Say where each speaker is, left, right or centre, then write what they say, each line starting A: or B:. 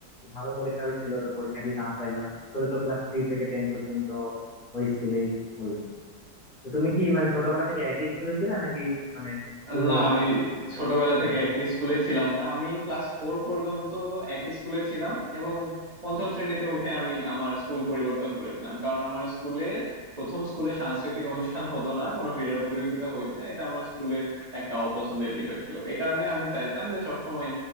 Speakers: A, on the left; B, on the right.
A: ভালো পরীক্ষা হয়েছিল তো পরীক্ষা দিয়ে চান্স পাইলাম পরে তো ক্লাস থ্রি থেকে টেন পর্যন্ত ওই স্কুলেই পড়লাম তো তুমি কি মানে ছোটবেলা থেকে একই স্কুলে ছিলে নাকি মানে অন্য
B: না আমি
A: school
B: ছোটবেলা
A: এ ছিলে?
B: থেকে একই স্কুলে ছিলাম না আমি ক্লাস ফোর পর্যন্ত একই স্কুলে ছিলাম এবং পঞ্চম শ্রেণীতে উঠে আমি আমার স্কুল পরিবর্তন করেছিলাম কারণ আমার স্কুলের প্রথম স্কুলে সাংস্কৃতিক অনুষ্ঠান হতো না কোনো ক্রীড়া প্রতিযোগিতা হইতো না এটা আমার স্কুলের একটা অপছন্দের বিষয় ছিল এ কারণে আমি চাইতাম যে সবসময়